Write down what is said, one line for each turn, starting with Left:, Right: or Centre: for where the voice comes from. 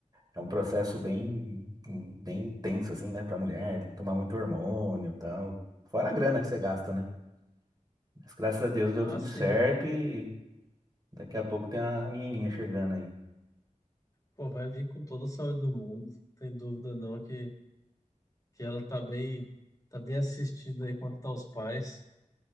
Right: É um processo bem, bem tenso, assim, né? Pra mulher. Tem que tomar muito hormônio e tal. Fora a grana que você gasta, né? Mas graças a Deus deu
Left: Ah,
Right: tudo
Left: sim.
Right: certo e daqui a pouco tem uma menininha chegando aí.
Left: Pô, vai vir com toda a saúde do mundo. Tem dúvida não que, que ela tá bem, tá bem assistida aí quanto aos pais.